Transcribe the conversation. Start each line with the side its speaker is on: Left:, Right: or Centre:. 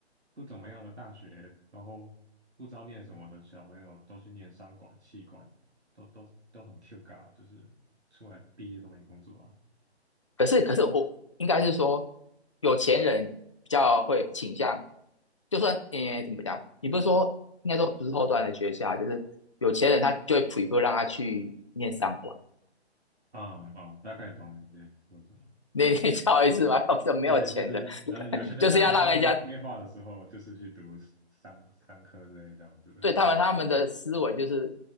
Right: 不怎么样的大学，然后不知道念什么的小朋友都去念商管、气管，都都都很 Q 嘎，就是出来毕业都没工作啊。
Left: 可是，可是我应该是说，有钱人比较会倾向，就算呃怎么讲，你不是说应该说不是后端的学校，就是有钱人他就会 prefer 让他去念商管，
Right: 嗯哦，大概懂你在说什么。
Left: 你 <laughs> 你知道我意思吗？<laughs> 比较没有钱的，
Right: 对对，就是然后有钱的家庭他们规划的时候，
Left: <laughs> 就是要让人家
Right: 就是去读商商科之类这样，是不是？
Left: 对他们他们的思维就是